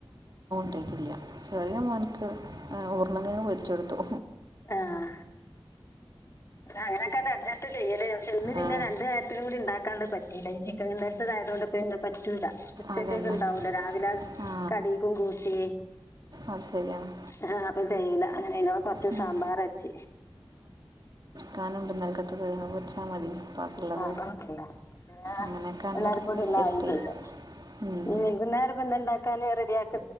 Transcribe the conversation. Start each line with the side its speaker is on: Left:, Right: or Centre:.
Right: അത്തില്ല ചെറിയ അവനക്ക് ഊർണ്ണങ്ങ വരിച്ചെടുത്തു
Left: ആഏഹ അങ്ങനൊക്കെ അഡ്സ് ചെയ്യലല്ലേ പക്ഷെ ഇന്ന് പിന്നെ
Right: ആ
Left: രണ്ട കാര്രത്തിന കൂടി ഉ ണ്ടാക്ക ആാണ്ട് പറ്റയി ഈ ചിക്കൻന്നരത്തത്തായത കൊൊണ്ട്ന്നെ പറ്റൂല ഉച്ചക്കൊക്കെ
Right: അതന്നെ
Left: ഇണ്ടാവൂല രാവിലെ
Right: ആ
Left: കടക്കും കൂട്ടി
Right: അത് ശരിയാണ്
Left: ആഹ അപ്പൊ ചെയയ്ല അങ്ങനെ ഇ കൊറച്ച്
Right: ഉം.
Left: സാമ്പാർ വച്ച
Right: കാണുണ്ട നൽക്കത്തത് വച്ചാൽ മതി ബാക്കിയുള്ളത്
Left: ആഹ് കണ്ടില്ല പിന്നെ
Right: അങ്ങനെയൊക്കെ ഉണ്ട്
Left: എല്ലാർക്കും കൂടില്ല
Right: അഡ്ജസ്റ്റ്
Left: ആയ
Right: ചെയ്യും
Left: ചെയ്ട്ടല്ല
Right: ഉം.
Left: നീ വൈകുന്നേര ഇപ്പ എന്തതു ഉണ്ടാക്കാാന് റെഡിയ ആക്ക